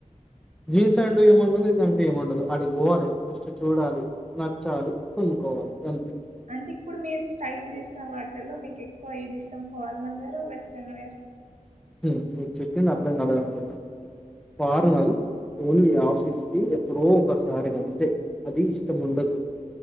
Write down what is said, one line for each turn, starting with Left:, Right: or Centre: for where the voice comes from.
Centre: జీన్స్ అంటూ ఏముండదు ఇక అంటూ ఏముండదు అడి పోవాలె ఫస్ట్ చూడాలి నచ్చాలి కొనుక్కోవాలి అంతే
Right: అంటే ఇప్పుడు మీరు స్టైల్ చేసిన వాటిలలో మీకు ఎక్కువ ఏది ఇష్టం ఫార్మల్ వేర్ వెస్టర్న్ వేర్
Centre: మీ చెప్పింది అర్థం కాలేదనుకుంటా పార్మల్ ఓన్లీ ఆఫీస్ కి ఎప్పుడో ఒకసారి గ అంతే అది ఇష్టం ఉండదు